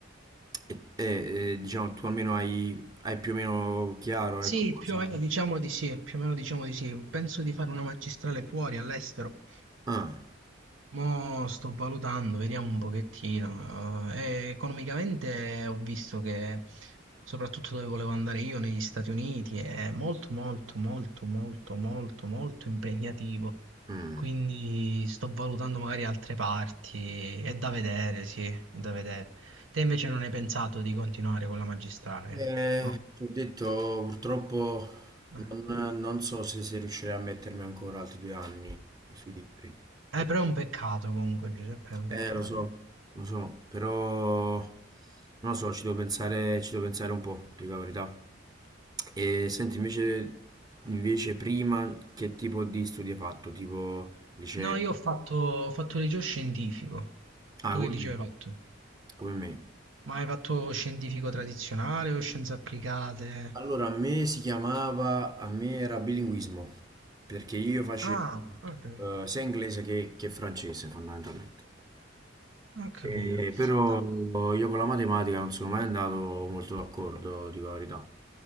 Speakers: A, on the right; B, on the right.
A: E, e- e, diciamo tu almeno hai, hai più o meno chiaro
B: Sì,
A: ecco cosa...
B: più o meno diciamo di sì, più o meno diciamo di sì. Penso di fare una magistrale fuori, all'estero.
A: Ah,
B: Mo sto valutando, vediamo un pochettino. Eh, economicamente ho visto che, soprattutto dove volevo andare io, negli Stati Uniti, è molto, molto, molto, molto, molto, molto impegnativo.
A: mm.
B: Quindi sto valutando magari altre parti. È da vedere, sì, è da vedere. Te invece non hai pensato di continuare con la magistrale,
A: Eh,
B: no?
A: ti ho detto purtroppo
B: Eh,
A: non, non so se, se riuscirei a mettermi ancora altri due anni sui libri. Se-
B: Eh, però è un peccato comunque, Giuseppe, è un peccato.
A: Eh, lo so, lo so, però... Non lo so, ci devo pensare, ci devo pensare un po', dico la verità. E senti, invece, invece prima che tipo di studi hai fatto? Tipo liceo?
B: No, io ho fatto, ho fatto liceo scientifico.
A: Ah,
B: Tu
A: come
B: che liceo
A: me.
B: hai fatto?
A: Come me.
B: Ma hai fatto scientifico tradizionale o scienze applicate?
A: Allora, a me si chiamava, a me era bilinguismo, perché io facevo
B: Ah, ok,
A: eh, sia inglese che, che francese fondamentalmente.
B: ho capito.
A: Eh, però
B: No,
A: io con la matematica non sono mai andato molto d'accordo, dico la verità.